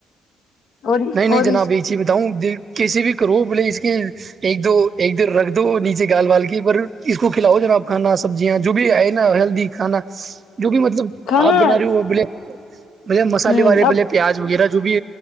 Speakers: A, on the left; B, on the right.
A: اور
B: نہیں نہیں
A: اور
B: جناب
A: اس
B: یہ چی ہوں کسی بھی روپ ل اس کے ایک دو ایک دیر رکھ دو نیچے گال بال کے پر اس کو کھلاؤ جناب کھانا سبزیاں جو بھی آئے نا ہیلدی کھانا جو بھی مطلب
A: کھانا
B: آپ بنا رہی ہو بولے بلے مسالے
A: ہوں
B: والے بلے
A: اب
B: پیاز وغیرہ بھی